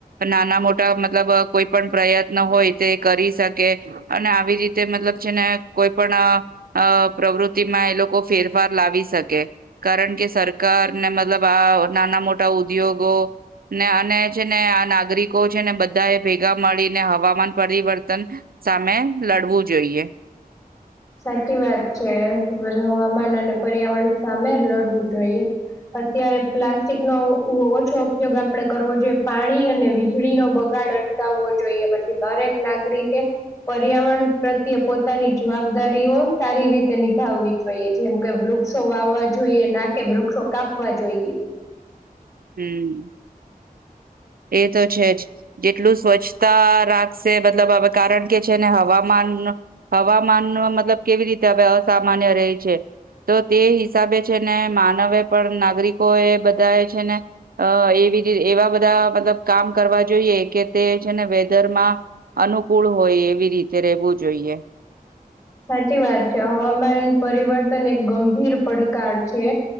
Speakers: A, on the right; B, on the left.
A: નાના મોટા મતલબ અ કોઈ પણ પ્રયત્ન હોય તે કરી સકે. અને આવી રીતે મતલબ છે ને કોઈ પણ અ અ પ્રવૃતિ માં એ લોકો ફેરફાર લાવી સકે, કારણ કે સરકાર ને મતલબ આ નાના મોટા ઉદ્યોગો ને અને છે ને આ નાગરિકો છે ને બધા એ ભેગા મળીને હવામાન પરિવર્તન સામે લડવું જોઈએ.
B: સાચી વાત છે, <unintelligible> હવામાન અને પર્યાવરણ સામે લડવું જોઈએ. અત્યારે પ્લાસ્ટિક નો ઓ ઓછો ઉપયોગ આપડે કરવો જોયે, પાણી અને વીજળીનો બગા ડ અટકાવવો જોઈએ, પછી દરેક નાગરિક એ પર્યાવરણ પ્રત્યે પોતાની જુવાબ દારીઓ સારી રીતે નિભાવવી જોઈએ, જેમ કે વૃક્ષો વાવવા જોઈએ ના કે વૃક્ષો કાપ વા જોઈયે.
A: હમ્મ, એ તો છે જ જેટલું સ્વચ્છતા રાખ સે મતલબ હવે કારણ કે છેને હવામાન હવામાન મતલબ કેવી રીતે હવે અ સામાન્ય રહી છે. તો તે હિસાબે છે ને માનવે પણ નાગરિકો એ બધા એ છે ને અ એવી રી એવા બધા મતલબ કામ કરવા જોઈએ, કે તે છે ને વેધરમાં અનુકૂળ હોય એવી રીતે રેહવું જોઈયે.
B: સાચી વાત છે, હવામાન પરિવર્તન એક ગંભીર પડકાર છે.